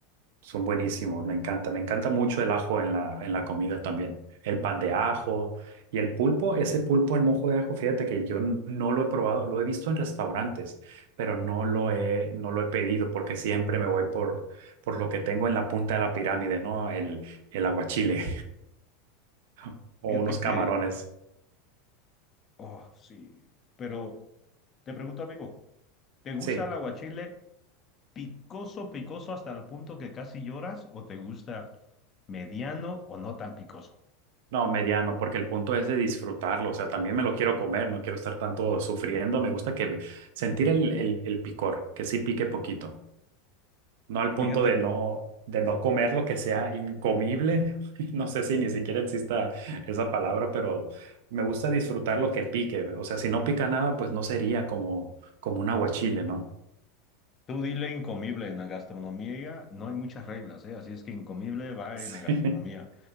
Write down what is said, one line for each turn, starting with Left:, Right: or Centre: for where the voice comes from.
Right: Son buenísimos, me encanta. Me encanta mucho el ajo en la, en la comida también. El pan de ajo y el pulpo, ese pulpo al mojo de ajo, fíjate que yo n- no lo he probado, lo he visto en restaurantes, pero no lo he, no lo he pedido porque siempre me voy por, por lo que tengo en la punta de la pirámide, ¿no? El, el aguachile <laughs> o
Left: fíjate
Right: unos camarones.
Left: que, oh, sí, pero te pregunto, amigo, ¿te gusta
Right: Sí,
Left: el aguachile picoso, picoso hasta el punto que casi lloras o te gusta mediano o no tan picoso?
Right: no, mediano, porque el punto es de disfrutarlo, o sea, también me lo quiero comer, no quiero estar tanto sufriendo, me gusta que sentir el, el, el picor, que sí pique poquito. no al punto
Left: Fíjate.
Right: de no, de no comer lo que sea incomible. <laughs> No sé si ni siquiera exista esa palabra, pero me gusta disfrutar lo que pique. O sea, si no pica nada, pues no sería como, como un aguachile, ¿no?
Left: Tú dile incomible, en la gastronomía no hay muchas reglas, ¿eh? Así es que incomible va
Right: <laughs>
Left: en la gastronomía.